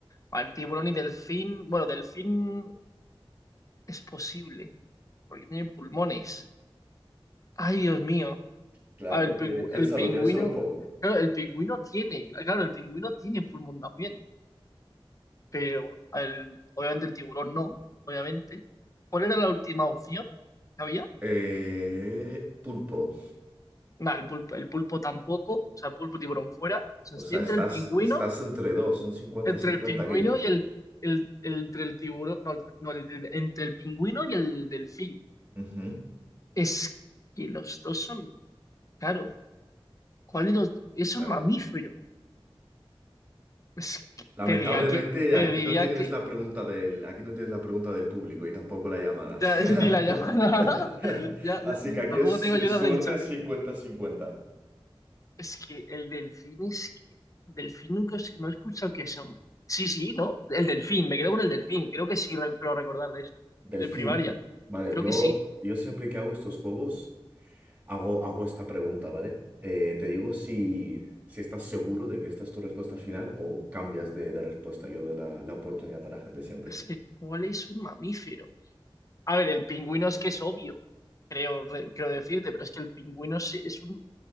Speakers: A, on the left; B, on the right.
A: Ah, El tiburón y delfín. Bueno, delfín es posible, porque tiene pulmones. Ay, Dios mío.
B: Claro,
A: A ver, el, pingu-
B: que- piénsalo,
A: el pingüino.
B: piénsalo un poco.
A: Claro, el pingüino tiene. Claro, el pingüino tiene pulmón también. Pero el- obviamente el tiburón no, obviamente. ¿Cuál era la última opción que había?
B: Eh, pulpo.
A: Nada, el pulpo, el pulpo tampoco. O sea, pulpo y tiburón fuera. O sea,
B: O
A: estoy
B: sea,
A: entre
B: estás,
A: el pingüino.
B: estás entre dos, un cincuenta-cincuenta
A: entre el pingüino
B: aquí.
A: y el, el, el- entre el tiburón, no, no, el- el- entre el pingüino y el delfín.
B: Ujú,
A: Es que los dos son, claro, ¿cuál de los? Es
B: claro.
A: un mamífero. Es que
B: Lamentablemente
A: te diría que, te
B: aquí
A: diría
B: no tienes
A: que,
B: la pregunta del, aquí no tienes la pregunta del público y tampoco la llamada.
A: ya,
B: <laughs>
A: <laughs> ni la llamada, <laughs> ya,
B: Así
A: ya,
B: que aquí
A: tampoco
B: es
A: tengo
B: eh,
A: ayuda
B: suerte
A: del chat.
B: cincuenta-cincuenta.
A: Es que el delfín es que, delfín nunca, os- no he escuchado que son. Sí, sí, ¿no? El delfín, me quedo con el delfín, creo que sí, re- creo recordar de esto,
B: Delfín.
A: de primaria,
B: Vale,
A: creo
B: yo,
A: que sí.
B: yo siempre que hago estos juegos. Hago, hago esta pregunta, ¿vale? Eh, te digo si, si estás seguro de que esta es tu respuesta final o cambias de, de respuesta. Yo doy la, la oportunidad a la gente siempre.
A: Es que, ¿cuál es un mamífero? A ver, el pingüino es que es obvio, creo, re- creo decirte, pero es que el pingüino es, es un...